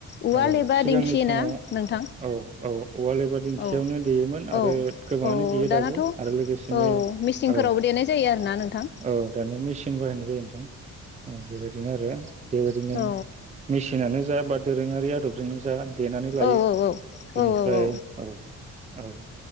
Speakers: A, on the left; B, on the right.
A: उवाल
B: औ
A: एबा
B: सिगांनि
A: दिंखि
B: समाव
A: ना नोंथां
B: औ औ उवाल एबा दिंखियावनो
A: औ
B: देयोमोन
A: औ
B: आरो गोबांङानो
A: औ
B: देयो
A: दानाथ'
B: दाबो आरो लोगोसेनो
A: औ मिसिंफोरावबो
B: औ
A: देनाय जायो आरोना नोंथां
B: औ दानिया मेसिन बाहायनाय जायो नोंथां औ बेबायदिनो आरो। बेबादिनो
A: औ
B: मिसिनानो जा बा दोरोङारि आदबजोंनो जा देनानै लायो
A: औ औ
B: बेनिफ्राय औ औ